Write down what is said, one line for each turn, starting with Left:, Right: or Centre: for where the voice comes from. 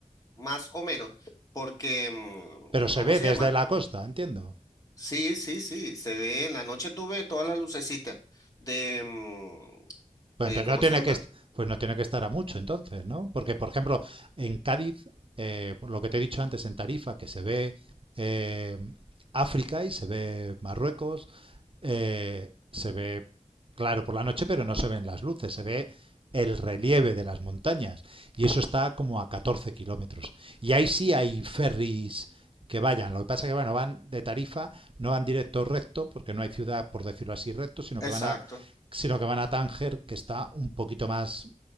Left: más o menos, porque, mm,
Right: Pero
Left: ¿cómo
Right: se ve
Left: se llama?
Right: desde la costa, entiendo.
Left: Sí, sí, sí, se ve, en la noche tú ves todas las lucecitas de, mm,
Right: Pues
Left: de,
Right: entonces
Left: ¿cómo
Right: no tiene
Left: se llama?
Right: que, est- pues no tiene que estar a mucho, entonces, ¿no? Porque, por ejemplo, en Cádiz, eh, por lo que te he dicho antes, en Tarifa, que se ve eh, África y se ve Marruecos, eh, se ve claro por la noche, pero no se ven las luces, se ve el relieve de las montañas. Y eso está como a 14 kilómetros. Y ahí sí hay ferries que vayan. Lo que pasa es que bueno, van de tarifa, no van directo recto, porque no hay ciudad, por decirlo así, recto, sino
Left: Exacto.
Right: que van a, sino que van a Tánger, que está un poquito más